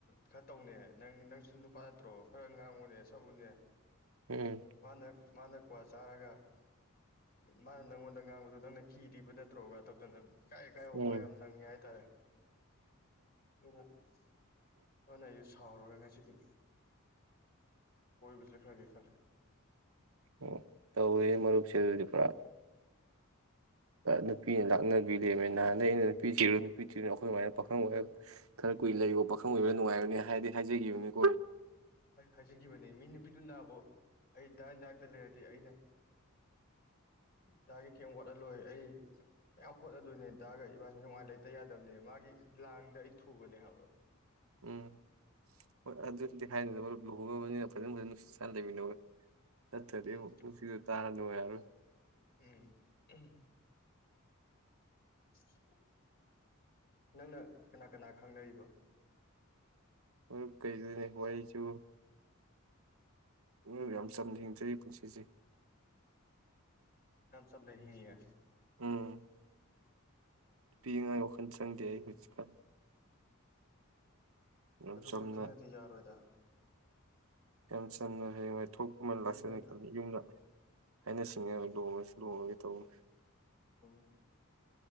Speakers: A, on the left; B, on the right.
A: ꯈꯔ ꯇꯧꯅꯦ ꯅꯪ ꯅꯪ ꯅꯨꯄꯥ ꯅꯠꯇ꯭ꯔꯣ ꯈꯔ ꯉꯥꯡꯉꯨꯅꯦ ꯁꯛꯎꯅꯦ
B: ꯎꯝ
A: ꯃꯥꯅ ꯃꯥꯅ ꯀ꯭ꯋꯥ ꯆꯥꯔꯒ ꯃꯥꯅ ꯅꯪꯉꯣꯟꯗ ꯉꯥꯡꯕꯗꯨ ꯅꯪꯅ ꯀꯤꯔꯤꯕ ꯅꯠꯇ꯭ꯔꯣꯒ ꯇꯧꯗꯅꯕ ꯀꯥꯏ ꯀꯥꯏꯕ ꯋꯥ
B: ꯎꯝ ꯎꯝ
A: ꯌꯥꯝ ꯅꯪꯉꯦ ꯍꯥꯏꯇꯥꯔꯦ ꯎ ꯍꯅ ꯑꯩ ꯁꯥꯎꯔꯒ ꯉꯁꯤꯗꯤ ꯀꯣꯏꯕ ꯆꯠꯈ꯭ꯔꯒꯦ ꯈꯜꯂꯦ
B: ꯎ ꯇ ꯃꯔꯔꯁꯦ ꯑꯗꯨꯗꯤ ꯄꯨꯔꯥ ꯅꯨꯄꯤꯅ ꯂꯥꯛꯅꯕꯤ ꯂꯩꯔꯃꯦ ꯅꯍꯥꯟꯩ ꯑꯩꯅ ꯅꯨꯄꯤ ꯊꯤꯔꯨ ꯅꯨꯄꯤ ꯊꯤꯔꯨꯅꯨ ꯑꯩꯈꯣꯏ ꯁꯃꯥꯏꯅ ꯄꯥꯈꯪ ꯑꯣꯏꯔ ꯈꯔ ꯀꯨꯏ ꯂꯩꯀꯣ ꯄꯥꯈꯪ ꯑꯣꯏꯕꯥ ꯅꯨꯡꯉꯥꯏꯔꯕꯅꯤ ꯍꯥꯏꯔꯗꯤ ꯍꯥꯏꯖꯒꯤꯈꯤꯕꯅꯤꯀꯣ
A: ꯑꯩ ꯍꯥꯏꯖꯈꯤꯕꯅꯦ ꯃꯤ ꯅꯨꯄꯤꯗꯨ ꯅꯥꯕꯨ ꯑꯩ ꯗꯥꯒꯤ ꯅꯥꯛꯇ ꯂꯩꯔꯗꯤ ꯑꯩꯅ ꯗꯥꯒꯤ ꯀꯩ ꯋꯥꯠꯍꯜꯂꯣꯏ ꯑꯩ ꯃꯌꯥꯝ ꯍꯣꯠꯅꯗꯣꯏꯅꯦ ꯗꯥꯒ ꯏꯕꯥꯅꯤ ꯅꯨꯡꯉꯥꯏꯅ ꯂꯩꯇ ꯌꯥꯗꯕꯅꯦ ꯃꯥꯒꯤ ꯂꯥꯡꯗ ꯑꯩ ꯊꯨꯕꯅꯦ ꯍꯥꯏꯕ
B: ꯎꯝ ꯍꯣꯏ ꯑꯗꯨꯗꯤ ꯂꯨꯍꯣꯡꯕꯅꯤꯅ ꯐꯖꯅ ꯐꯖꯅ ꯅꯨꯡꯁꯤ ꯆꯥꯅ ꯂꯩꯃꯤꯟꯅꯋ ꯆꯠꯇꯔꯤꯦꯁꯤꯗ
A: ꯎꯝ
B: ꯇꯥ ꯣꯋꯔ
A: ꯎꯝ <inaudible> ꯅꯪꯅ ꯀꯅꯥ ꯀꯅꯥ ꯈꯪꯅꯔꯤꯕ
B: ꯃꯔ ꯀꯩꯗꯅꯦ ꯋꯥꯔꯤꯁꯨ ꯎ ꯌꯥꯝ ꯆꯝꯅ ꯍꯤꯡꯖꯩ ꯄꯨꯟꯁꯤꯁꯦ
A: ꯆ ꯂꯩ ꯍꯤꯡꯦ
B: ꯎꯝ ꯅꯨꯄꯤꯤꯉꯥꯏ ꯋꯥꯈꯜ ꯆꯪꯗꯦ ꯑꯩ ꯍꯧꯖꯤꯛꯀꯥꯟ ꯌꯥꯝ
A: ꯑꯗꯨ
B: ꯆꯝꯅ
A: ꯈꯛꯇꯅꯗꯤ ꯌꯥꯔꯣꯏꯗ
B: ꯌꯥꯝ ꯁꯝꯅ ꯍꯌꯦꯡꯥꯏ ꯊꯣꯛꯄꯃ
A: ꯁꯣꯝꯗ
B: ꯂꯥꯛꯆꯅꯤ ꯈꯜꯂꯤ ꯌꯨꯝꯗ ꯍꯥꯏꯩꯅ ꯁꯤꯡꯉꯒ ꯂꯨꯉꯁꯨ ꯂꯨꯃꯒ ꯇꯧꯅꯤ
A: ꯍ